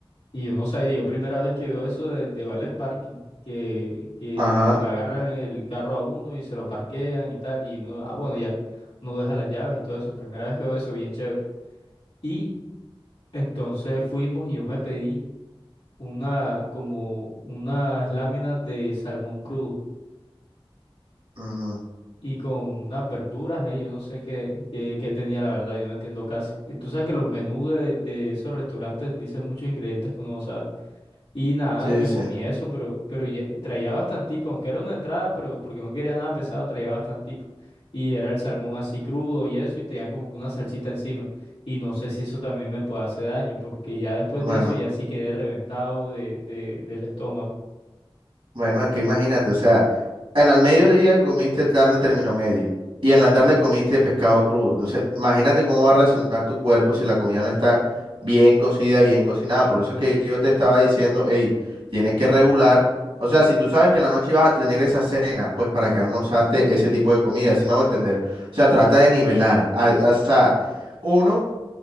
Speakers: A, on the left (about 75°); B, on the right (about 70°).
A: Y yo no sabía, yo primera vez que veo eso de, de valet parking, que, que
B: Ajá.
A: le agarran el carro a uno y se lo parquean y tal. Y uno, ah, bueno, ya, uno deja las llaves y todo eso. Primera vez que veo eso, bien chévere. Y entonces fuimos y yo me pedí una, como unas láminas de salmón crudo
B: ujú,
A: y con unas verduras ahí, yo no sé qué, qué, qué tenía la verdad, yo no entiendo casi. Y tú sabes que los menús de, de esos restaurantes dicen muchos ingredientes que uno no sabe. Y nada,
B: Sí,
A: y me
B: sí.
A: comí eso, pero, pero ya- eh, traía bastantico, aunque era una entrada, pero porque no quería nada pesado, traía bastantico. Y era el salmón así crudo y eso, y tenía como que una salsita encima. Y no sé si eso también me puede hacer daño, porque ya después
B: Bueno.
A: de eso ya sí quedé reventado de, de, del estómago.
B: Bueno, es que imagínate, o sea, en el mediodía comiste carne término medio y en la tarde comiste pescado crudo. Entonces, imagínate cómo va a reaccionar tu cuerpo si la comida no está bien cocida, bien cocinada. Por eso es que yo te estaba diciendo, hey, tienes que regular. O sea, si tú sabes que en la noche vas a tener esa cena, pues para qué almorzaste ese tipo de comida, sí me hago entender. O sea, trata de nivelar. a- a- o sea, uno